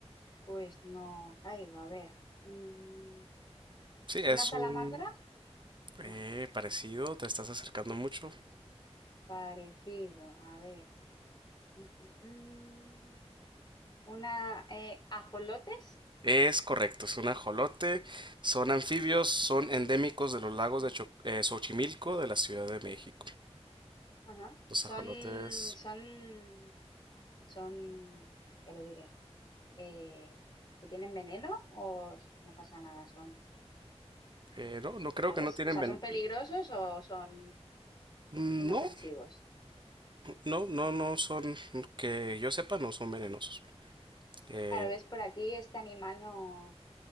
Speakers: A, on the left (about 40°); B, on the right (about 45°).
A: pues no caigo. A ver. Mm,
B: Sí, es
A: ¿una salamandra?
B: un eh,
A: No.
B: parecido, te estás acercando mucho.
A: Parecido. A ver. Mm, mm, mm. Una... eh, ¿ajolotes?
B: Es correcto, es un ajolote. Son anfibios, son endémicos de los lagos de Cho- eh, Xochimilco de la Ciudad de México.
A: Ajá.
B: Los
A: Son...
B: ajolotes,
A: Son... Son... Ya lo diré. eh, que tienen veneno o s- no pasa nada, son,
B: eh, no, no creo
A: ¿sabes?
B: que no tienen
A: O sea,
B: ven-
A: ¿son peligrosos o son
B: No,
A: inofensivos?
B: No, no, no son, que yo sepa, no son venenosos. Eh,
A: Claro, ves, por aquí este animal no,